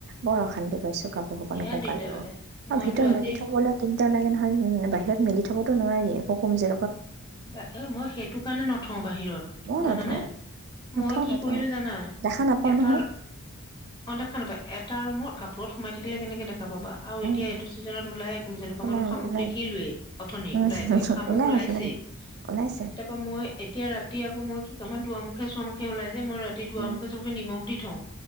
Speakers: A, on the right; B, on the left.
A: বৰ অশান্তি পাইছোঁ। <inaudible> <unintelligible>
B: বিৰাট দিগদাৰ লাগে মইতো আজি
A: লাগে নহয় বাহিৰত মেলি থবতো নোৱাৰি, আক কুমজে
B: বা এ মই সেই ত <unintelligible> থও বাহিৰত
A: নথওঁ
B: জানানে
A: নথওঁ
B: মই কি
A: নথওঁ
B: কৰিলোঁ জানা
A: দেখা নাপাওঁ
B: এটাৰ
A: নহয়
B: অ দেখা নাপায় এটা ৰুমৰ কাপোৰত সোমাই থাকিলে কেনেকে দে দেখা পাবা আৰু
A: উম
B: এতিয়া এইটো ছিজিনত ওলাই <unintelligible>
A: ওলাই
B: শামুক
A: ওলাই
B: দেখেলোৱে অথনি
A: উম
B: ওলাই গৈ শামুক
A: ওলাই
B: ওলাইছে।
A: ওলাই ওলাইছে
B: তাৰ পৰা মই এতিয়া ৰাতি আক মই, দুৱাৰ মুখে ছুয়াৰ মুখে ওলাই। মই ৰাতি দুৱাৰ
A: উম
B: মুখে ছুৱাৰ মুখে নিমখ দি থোও